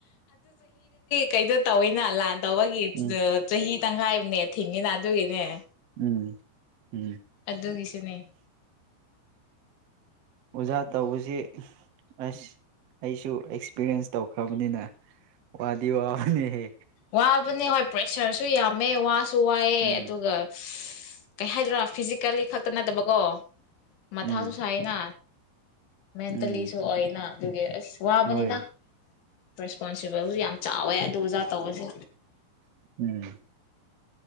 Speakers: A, on the left; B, on the right.
A: ꯀꯩꯗ ꯇꯧꯋꯤꯅ ꯂꯥꯟ ꯇꯧꯕꯒꯤ
B: ꯎꯝ
A: ꯆꯍꯤ ꯇꯪꯈꯥꯏ ꯑꯃꯅꯦ ꯊꯤꯡꯉꯤꯅ ꯑꯗꯨꯗꯒꯤꯅꯦ
B: ꯎꯝ ꯎꯝ
A: ꯑꯗꯨꯗꯣꯒꯤꯁꯤꯅꯦ
B: ꯑꯣꯖꯥ ꯇꯧꯕꯁꯤ ꯑꯁ ꯑꯩꯁꯨ ꯑꯦꯛꯁꯄꯤꯔꯤꯟꯁ ꯇꯧꯈ꯭ꯔꯕꯅꯤꯅ ꯋꯥꯗꯤ ꯋꯥꯕꯅꯤꯍꯦ
A: ꯋꯥꯕꯅꯦ ꯍꯣꯏ ꯄ꯭ꯔꯦꯁꯔꯁꯨ ꯌꯥꯝꯃꯦ ꯋꯥꯁꯨ ꯋꯥꯏꯑꯦ
B: ꯎꯝ
A: ꯑꯗꯨꯒ ꯀꯩ ꯍꯥꯏꯗꯣꯏ꯭ꯔꯥ ꯐꯤꯖꯤꯀꯦꯜꯂꯤ ꯈꯛꯇ ꯅꯠꯇꯕꯀꯣ ꯃꯊꯥꯁꯨ
B: ꯎꯝ
A: ꯁꯥꯏꯅ ꯃꯦꯟꯇꯦꯜꯂꯤꯁꯨ
B: ꯎꯝ
A: ꯑꯣꯏꯅ ꯑꯗꯨꯒꯤ ꯑꯁ ꯁꯍꯕꯅꯤꯗ
B: ꯍꯣꯏ
A: ꯔꯦꯁꯣꯟꯁ ꯌꯥꯝ ꯆꯥꯎꯋꯦ ꯑꯗꯨ ꯑꯣꯖ ꯇꯧꯁꯦ
B: ꯎꯝ